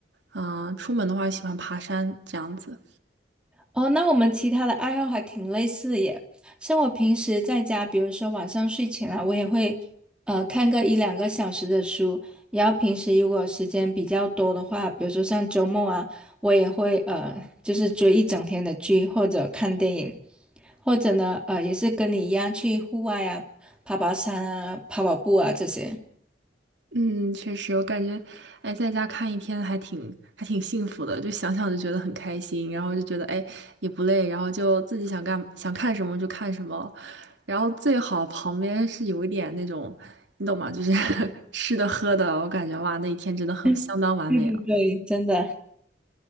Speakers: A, on the right; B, in the centre.
A: 嗯、出门的话喜欢爬山这样子。
B: 哦，那我们其他的爱好还挺类似的耶。像我平时在家，比如说晚上睡前啊，我也会呃看个一两个小时的书。然后平时如果时间比较多的话，比如说像周末啊，我也会呃就是追一整天的剧或者看电影，或者呢呃也是跟你一样去户外啊，爬爬山啊，跑跑步啊这些。
A: 嗯，确实，我感觉，哎，在家看一天还挺还挺幸福的，就想想就觉得很开心，然后就觉得哎也不累，然后就自己想干想看什么就看什么，然后最好旁边是有一点那种，你懂吗？就是 <laughs> 吃的喝的，我感觉哇，那一天真的很相当完美了。
B: <laughs> 对对对，真的。